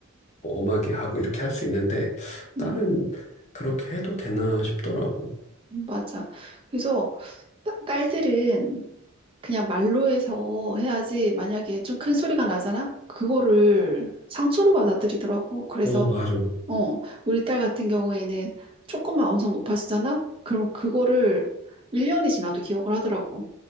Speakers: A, on the left; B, on the right.
A: 뭐 엄하게 하고 이렇게 할 수 있는데,
B: 음,
A: 딸은 그렇게 해도 되나 싶더라고.
B: 맞아. 그래서, 따- 딸들은, 그냥 말로 해서 해야지 만약에 좀 큰 소리가 나잖아? 그거를 상처로 받아들이더라고. 그래서
A: 어, 맞아.
B: 어, 우리 딸 같은 경우에는 조금만 언성 높아지잖아? 그럼 그거를 1년이 지나도 기억을 하더라고.